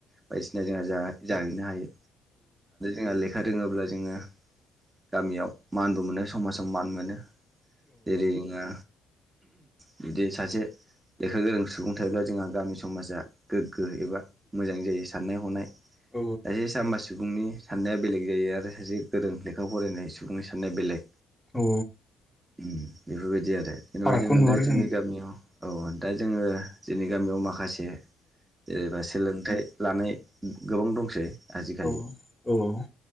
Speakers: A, on the right (about 25°); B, in the centre.
A: बायदिसिना जोंहा जाहैनो हायो। जोंहा लेखा रोङोब्ला जोङो गामियाव। मानबो मोनो समाजाव मान मोनो जेरै जोङो बिदि सासे लेखा गोरों सुबुं थायोब्ला जोंहा गामि समाजा गोग्गो एबा मोजां जायो। साननाय हनाय
B: औ
A: <unintelligible> <inaudible> सुबुंनि साननाया बेलेग जायो आरो सासे गोरों लेखा फरायनाय सुबुंनि साननाया बेलेग।
B: औ
A: उम। बेफोरबायदि आरो द जेनेबा
B: फारागखौ
A: जोङो
B: नुहुरो
A: दा जोंनि गामियाव औ दा जोङो जोंनि गामियाव माखासे। जेनेबा सोलोंथाइ। लानाय गोबां दंसै। आजिखालि।
B: औ औ औ।